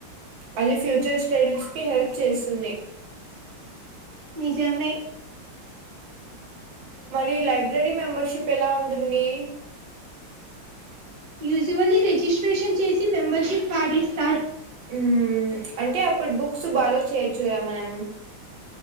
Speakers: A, on the right; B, on the right.
A: అది ఫ్యూచర్ స్టడీస్ కి హెల్ప్ చేస్తుంది
B: నిజమే
A: మరి లైబ్రరీ మెంబర్షిప్ ఎలా ఉంటుంది
B: యూజువల్ రిజిస్ట్రేషన్ చేసి మెంబర్షిప్ కార్డ్ ఇస్త
A: ఉ అంటే అప్పుడు బుక్స్ బాగా చేయొచ్చు కదా మనం